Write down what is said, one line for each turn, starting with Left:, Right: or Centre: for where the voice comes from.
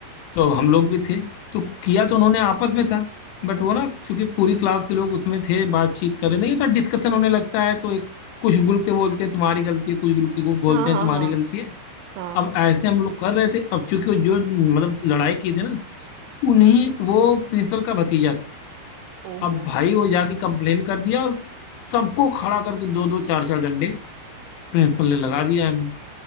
Left: तो हम लोग भी थे तो किया तो उन्होंने आपस में था बट वो ना चूंकि पूरी क्लास के लोग उसमें थे बातचीत कर रहे नहीं होता डिस्कशन होने लगता है तो एक कुछ ग्रुप के बोलते हैं तुम्हारी गलती है कुछ ग्रुप के को बोलते
Right: हाँ
Left: हैं
Right: हाँ
Left: तुम्हारी
Right: हाँ
Left: गलती है
Right: हाँ
Left: अब ऐसे हम लोग कर रहे थे अब चूंकि वो जो मतलब लड़ाई की थी ना उन्हीं वो प्रिंसिपल का भतीजा था
Right: ओहो
Left: अब भाई वो जाके कंप्लेन कर दिया और सबको खड़ा करके दो दो चार चार डंडे प्रिंसिपल ने लगा दिया हमें